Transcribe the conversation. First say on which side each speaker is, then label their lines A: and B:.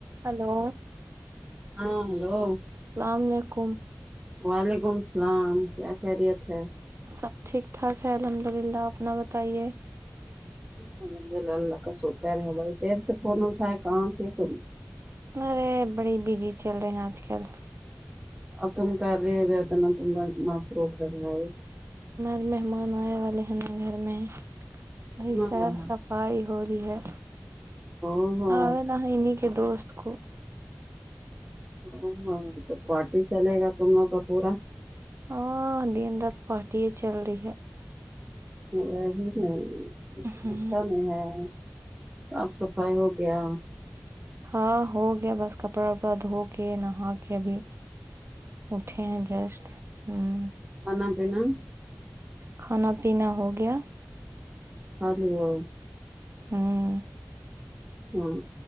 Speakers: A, on the right; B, on the right.
A: hello
B: ہاں hello
A: السلام علیکم
B: وعلیکم السلام کیا خیریت ہے
A: سب ٹھیک ٹھاک ہے الحمد للہ اپنا بتائیے
B: ہاںبے ل ال ل ک سو کر تیر سے فون تھاائے کہاں ت تو
A: ارے بڑی بزی چل رہے ہیں آج کل
B: ا تم کر رہے رہ تو تم ماس روک رہ رہا ہے
A: ر مہمان آئے والے ہیں ن گھر میں
B: کون
A: وہی سر
B: آ رہا
A: سب پائی ہو رہی ہے
B: او ہو
A: ہاں نہا انہیں کے دوست کو
B: او ہاں تو پارٹی چلے گا تم لوگ کا پورا
A: ہ دن رات پارٹی چل رہی ہے
B: وہی ہے
A: ہ
B: اشا میں ہے صاف صفائی ہو گیا
A: ہاں ہو گیا بس کپڑا وپڑا دھو کے نہا کے ابھی اٹے جاس ہوں
B: کھانا پینا
A: کھانا پینا ہو گیا
B: کھالیے ہو
A: ہمم
B: ہاں